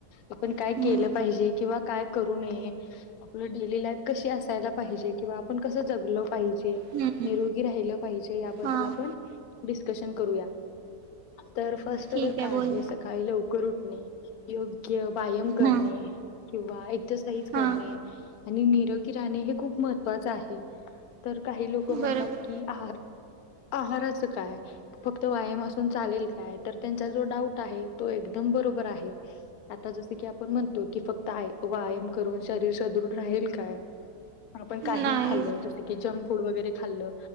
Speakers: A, on the left (about 70°); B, on the right (about 70°).
A: आपण काय
B: हम्म
A: केलं पाहिजे किंवा काय करू नये? आपलं डेली लाईफ कशी असायला पाहिजे किंवा आपण कसं जगलो पाहिजे.
B: हम्म
A: निरोगी राहिलं पाहिजे याबद्दल
B: हा
A: आपण डिस्कशन करूया, तर फर्स्ट
B: ठीक
A: तर काय
B: बोल
A: आहे सकाळी लवकर उठणे. योग्य व्यायाम करणे,
B: हा
A: किंवा एक्सरसाइज करणे.
B: हा
A: आणि निरोगी राहणे हे खूप महत्वाचं आहे, तर काही लोक म्हणतात
B: बरोबर
A: की आहार, आहाराचं काय? फक्त व्यायाम असून चालेल काय तर त्यांचा जो डाऊट आहे तो एकदम बरोबर आहे. आता जस की आपण म्हणतो की फक्त आय व्यायाम करून शरीर सदृढ राहील काय, आपण काही
B: नाही
A: खाल तर ते की जंक फूड वगैरे खाल्लं,